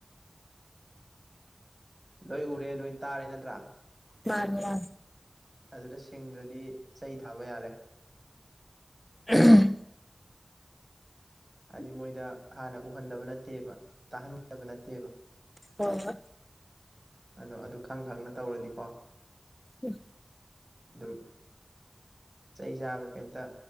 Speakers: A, on the right (about 35°); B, on the left (about 15°).
A: ꯂꯣꯏ ꯎꯔꯦ ꯂꯣꯏ ꯇꯥꯔꯦ ꯅꯠꯇ꯭ꯔꯥ
B: ꯃꯥꯔ
A: ꯑꯗꯨꯗ ꯁꯤꯡꯗ꯭ꯔꯗꯤ ꯆꯩ ꯊꯥꯕ ꯌꯥꯔꯦ
B: ꯎꯝ
A: ꯍꯥꯏꯗꯤ ꯃꯣꯏꯗ ꯍꯥꯟꯅ ꯎꯍꯟꯗꯕ ꯅꯠꯇꯦꯕ ꯇꯥꯍꯟꯗꯕ ꯅꯠꯇꯦꯕ
B: ꯍ
A: ꯑꯗꯣ ꯑꯗꯨ ꯈꯪ ꯈꯪꯅ ꯇꯧꯔꯗꯤꯀꯣ
B: ꯎꯝ
A: ꯑꯗꯨꯝ ꯆꯩ ꯆꯥꯕꯗꯣ ꯀꯩꯇ